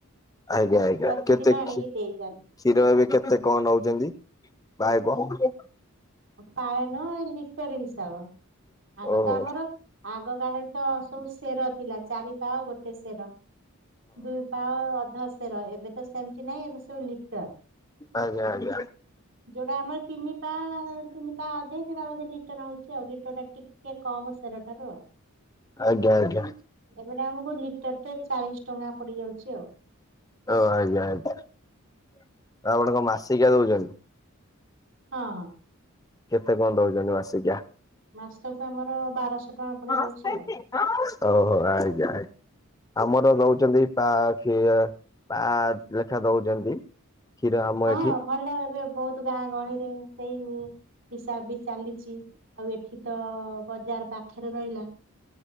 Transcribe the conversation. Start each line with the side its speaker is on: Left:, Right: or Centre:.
Left: ଆଜ୍ଞା ଆଜ୍ଞା
Right: ପ୍ରତିଦିନ
Left: କେତେ କ୍ଷୀ
Right: ଆଣିକି
Left: କ୍ଷୀର
Right: ଦେଇଯାଆନ୍ତି
Left: ଏବେ କେତେ କଣ ନଉଛନ୍ତି ପାଏ ଇଏ କୁ
Right: ପାଏନୁ ଏ ଲିଟର ହିସାବ ଆଗ
Left: ହଁ
Right: ତ ଆମର ଆଗ କାଳରେ ତ ସବୁ ଶେର ଥିଲା ଚାରିପା ଗୋଟେ ଶେର ଦୁଇ, ପା ଅଧଶେର ଏବେ ତ ସେମିତି ନାହିଁ ଏବେ ସବୁ ଲିଟର
Left: ଆଜ୍ଞା ଆଜ୍ଞା
Right: ଯୋଉଟା ଆମର ତିନି ପା ତିନି ପା ଅଧେ ସେଟା ବୋଧେ ଲ ଲିଟ ହଉଛି ଆଉ ଲିଟର ଟା ଟିକେ କମ ଶେର ଠାରୁ ଆଉ,
Left: ଆଜ୍ଞା ଆଜ୍ଞା
Right: ଏବେଟା ଆମକୁ ଲିଟର ଟେ ଚାଳିସି ଟଙ୍କା ପଡି ଯାଉଚି ଆଉ।
Left: ଓ ଆଜ୍ଞା ଆଜ୍ଞା ଆପଣ କଣ ମାସିକିଆ ଦଉଚନ୍ତି।
Right: ହଁ ହଁ।
Left: କେତେ କଣ ଦଉଚନ୍ତି ମାସିକାଆ?
Right: ମାସକୁ ଆମର ବାରଶହ। ଟଙ୍କା
Left: ଓ
Right: ପଡିଯାଉଛି ଆଉ।
Left: ହୋ ଆଜ୍ଞା ଆଜ୍ଞା। ଆମର ଦଉଛନ୍ତି ପା ଖି ପା ଲେଖା ଦଉଚନ୍ତି। କ୍ଷୀର ଆମ
Right: ହଁ
Left: ଏଠି
Right: ଭଲ ଏବେ ବହୁତ ଗାଁ ଗହଳିରେ ସେଇ ହିସାବ ବି ଚାଲିଚି ଆଉ ଏଠି ତ ବଜାର ପାଖରେ ରହିଲା।